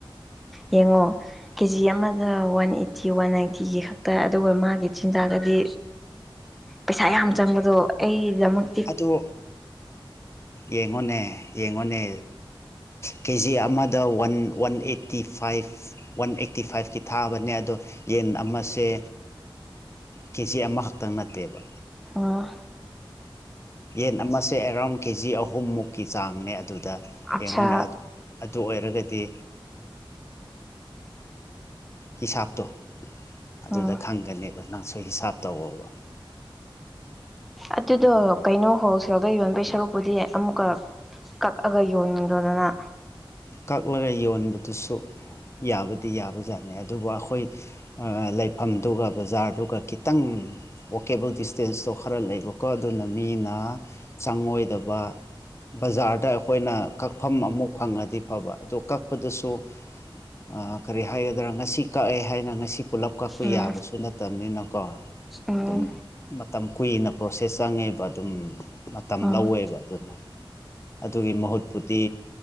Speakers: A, in the centre; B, on the left (about 30°).
A: ꯌꯦꯡꯉꯣ ꯀꯦꯖꯤ ꯑꯃꯗ ꯋꯥꯟ ꯑꯩꯠꯇꯤ ꯋꯥꯟ ꯅꯥꯏꯟꯇꯤꯒꯤ ꯈꯛꯇ ꯑꯗꯨꯒ ꯃꯥꯒꯤ ꯆꯤꯟꯖꯥꯛꯇꯗꯤ ꯄꯩꯁꯥ ꯌꯥꯝ ꯆꯪꯕꯗꯣ ꯑꯩꯒꯤꯗꯃꯛ
B: ꯑꯗꯨ ꯌꯦꯡꯉꯣꯅꯦ ꯌꯦꯡꯉꯣꯅꯦ ꯀꯦ ꯖꯤ ꯑꯃꯗ one one eighty five one eighty ꯐꯥꯏꯚꯀꯤ ꯊꯥꯕꯅꯦ ꯑꯗꯣ ꯌꯦꯟ ꯑꯃꯁꯦ ꯀꯦ ꯖꯤ ꯑꯃꯈꯛꯇꯪ ꯅꯠꯇꯦꯕ
A: ꯑ
B: ꯌꯦꯟ ꯑꯃꯁꯦ ꯑꯦꯔꯥꯎꯟ ꯀꯦꯖꯤ ꯑꯍꯨꯝꯃꯨꯛꯀꯤ ꯆꯥꯡꯅꯦ ꯑꯗꯨꯗ
A: ꯑꯠꯁꯥ
B: ꯌꯦꯡꯉꯨꯅꯦ ꯑꯗꯨ ꯑꯣꯏꯔꯒꯗꯤ ꯍꯤꯁꯥꯞ ꯇ ꯑꯗꯨꯗ
A: ꯎꯝ
B: ꯈꯪꯒꯅꯦꯕ ꯅꯪꯁꯨꯣꯏ ꯍꯤꯁꯥꯞ ꯇꯧꯋꯕ
A: ꯑꯗꯨꯗꯣ ꯀꯩꯅꯣ ꯍꯣꯜꯁꯦꯜꯗ ꯌꯣꯟꯕꯩ ꯁꯔꯨꯛꯄꯨꯗꯤ ꯑꯃꯨꯛꯀ ꯀꯛꯑꯒ ꯌꯣꯟꯂ‌ꯣꯗꯅ
B: ꯀꯛꯂꯒ ꯌꯣꯟꯕꯗꯨꯁꯨ ꯌꯥꯕꯗꯤ ꯌꯥꯕꯖꯥꯠꯅ‌ꯦ ꯑꯗꯨꯕꯨ ꯑꯩꯈꯣꯏ ꯑꯥ ꯂꯩꯐꯝꯗꯨꯒ ꯕꯖꯥꯔꯗꯨꯒ ꯈꯤꯇꯪ ꯑꯣꯛꯀꯦꯕꯜ ꯗꯤꯁꯇꯦꯟꯁꯇꯣ ꯈꯔ ꯂꯩꯕꯀꯣ ꯑꯗꯨꯅ ꯃꯤꯅ ꯆꯪꯉꯣꯏꯗꯕ ꯕꯖꯥꯔꯗ ꯑꯩꯈꯣꯏꯅ ꯀꯛꯐꯝ ꯑꯃꯨꯛ ꯐꯪꯉꯗꯤ ꯐꯕ ꯑꯗꯣ ꯀꯛꯄꯗꯨꯁꯨ ꯑꯥ ꯀꯔꯤ ꯍꯥꯏꯒꯗ꯭ꯔꯥ ꯉꯁꯤ ꯀꯛꯑꯦ ꯍꯥꯏꯅ ꯉꯁꯤ ꯄꯨꯂꯞ ꯀꯛꯄ
A: ꯎꯝ
B: ꯌꯥꯕꯁꯨ ꯅꯠꯇꯕꯅꯤꯅꯀꯣ
A: ꯎꯝ
B: ꯑꯗꯨꯝ ꯃꯇꯝ ꯀꯨꯏꯅ ꯄ꯭ꯔꯣꯁꯦꯁ ꯆꯪꯉꯦꯕ ꯑꯗꯨꯝ ꯃꯇꯝ
A: ꯎꯝ
B: ꯂꯧꯋꯦꯕ ꯑꯗꯨꯅ ꯑꯗꯨꯒꯤ ꯃꯍꯨꯠꯄꯨꯗꯤ